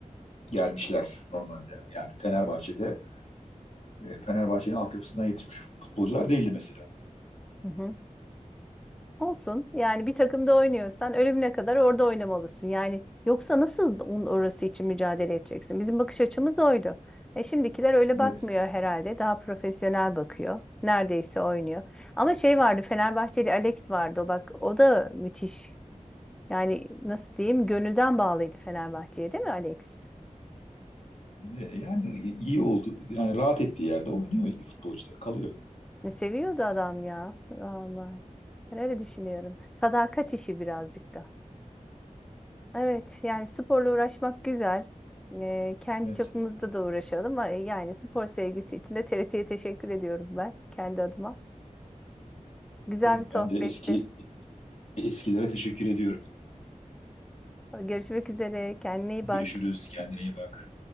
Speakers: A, on the left; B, in the centre.
A: gelmişler normalde. Yani Fenerbahçe'de e, Fenerbahçe'nin altyapısından yetişmiş futbolcular değildi mesela.
B: Hı hı. Olsun. Yani bir takımda oynuyorsan ölümüne kadar orada oynamalısın. Yani yoksa nasıl onun orası için mücadele edeceksin? Bizim bakış açımız oydu. E şimdikiler öyle
A: Evet.
B: bakmıyor herhalde. Daha profesyonel bakıyor. Neredeyse oynuyor. Ama şey vardı Fenerbahçeli Alex vardı. O bak o da müthiş. Yani nasıl diyeyim gönülden bağlıydı Fenerbahçe'ye değil mi Alex?
A: E, Yani iyi oldu. Yani rahat ettiği yerde oynuyor futbolcular kalıyor.
B: Ne seviyordu adam ya. Allah. Ben öyle düşünüyorum. Sadakat işi birazcık da. Evet, yani sporla uğraşmak güzel. Ee, kendi
A: Evet.
B: çapımızda da uğraşalım. Ama Yani spor sevgisi için de TRT'ye teşekkür ediyorum ben kendi adıma. Güzel
A: E,
B: bir sohbetti.
A: Ben de eski eskilere teşekkür ediyorum.
B: Görüşmek üzere. Kendine iyi
A: Görüşürüz.
B: bak.
A: Kendine iyi bak.